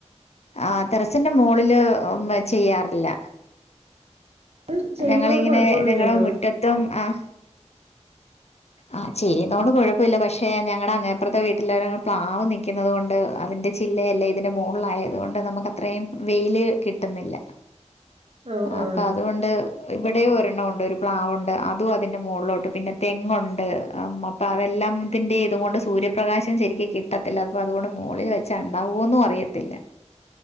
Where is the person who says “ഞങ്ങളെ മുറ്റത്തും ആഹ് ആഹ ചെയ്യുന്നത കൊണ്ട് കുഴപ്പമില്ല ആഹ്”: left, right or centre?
Left